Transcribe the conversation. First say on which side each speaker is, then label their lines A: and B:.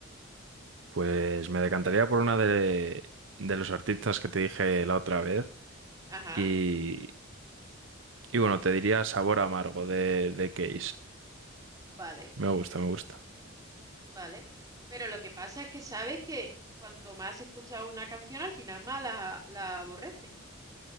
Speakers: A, on the right (about 65°); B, on the right (about 20°).
A: Pues me decantaría por una de, de los artistas que te dije la otra vez.
B: Ajá,
A: Y, y bueno, te diría Sabor Amargo de, de Case.
B: vale.
A: Me gusta, me gusta.
B: Vale, pero lo que pasa es que sabes que cuanto más escuchas una canción, al final más la, la aborreces,